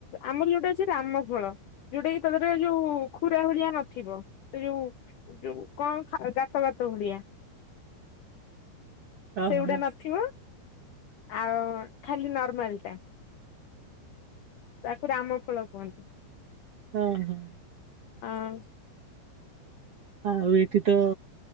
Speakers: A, on the left; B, on the right.
A: ଆମର ଯୋଉଟା ଅଛି ରାମ ଫଳ। ଯୋଉଟା କି ତା ଦେରେ ଯୋଉ ଖୁରା <unintelligible> ଭଳିଆ ନଥିବ, ସେ ଯୋଉ କଣ ଖା ଗାତ ଗାତ ଭଳିଆ,
B: ଓହୋ
A: ସେଗୁଡା ନ ଥିବ ଆଉ ଖାଲି ନର୍ମାଲ ଟା। ତାକୁ ରାମ ଫଳ କୁହନ୍ତିୁ।
B: ହୁଁ ହୁଁ।
A: ହଁ।
B: ଆଉ ଏଇଠି ତ